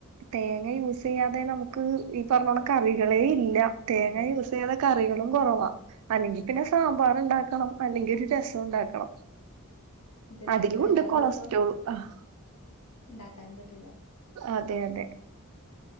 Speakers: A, on the right (about 80°); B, on the left (about 75°).
A: തേങ്ങ യൂസ് ചെയ്യാതെ നമുക്ക് ഈ പറഞ്ഞോലെ കറികളെ ഇല്ല തേങ്ങ
B: അത്
A: യൂസ് <unintelligible> കറികളും കൊറവാ അല്ലെങ്കിൽ പിന്നെ സാമ്പാർ ഇണ്ടാക്കണം അല്ലെങ്കിൽ ഒരു രസം ഉണ്ടാക്കണം
B: ഇത്
A: അതിലുണ്ട്
B: രണ്ടും എല്ലാ
A: കൊളസ്ട്രോൾ
B: ദിവസവും
A: ആഹ്
B: ഇണ്ടാക്കാനും പറ്റൂല
A: അതെ അതെ